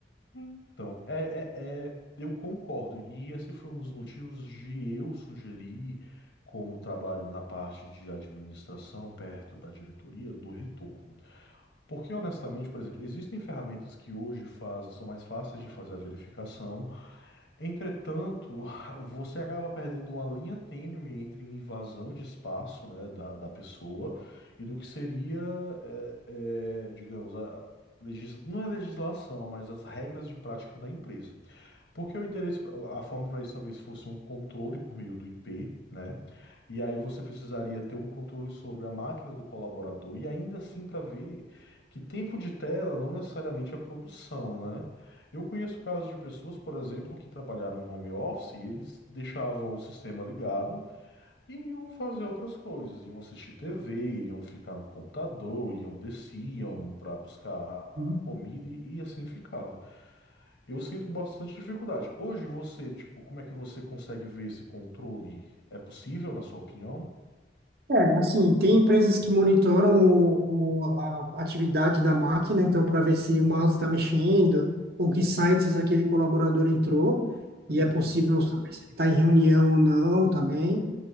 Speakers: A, on the left; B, on the right.
A: Então, é, é, é, eu concordo. E esse foi um dos motivos de eu sugerir, como trabalho na parte de administração, perto da diretoria, do retorno. Porque, honestamente, por exemplo, existem ferramentas que hoje fazem, são mais fáceis de fazer a verificação. Entretanto, <laughs> você acaba perdendo uma linha tênue entre invasão de espaço, né, da, da pessoa e do que seria, é, é, digamos, a legis- não é legislação, mas as regras de prática da empresa. Porque o endereço, a forma para isso talvez fosse um controle por meio do IP, né? E aí você precisaria ter um controle sobre a máquina do colaborador e ainda assim para ver que tempo de tela não necessariamente é produção, né? Eu conheço casos de pessoas, por exemplo, que trabalharam em home office e eles deixavam o sistema ligado e iam fazer outras coisas, iam assistir TV, iam ficar no computador, iam desciam para buscar
B: Uhum.
A: comida e e assim ficava. Eu sinto bastante dificuldade. Hoje você, tipo, como é que você consegue ver esse controle? É possível, na sua opinião?
B: É, assim, tem empresas que monitoram o, o- a atividade da máquina, então, para ver se o mouse está mexendo ou que sites aquele colaborador entrou,
A: Uhum.
B: e é possível saber se ele está em reunião ou não também.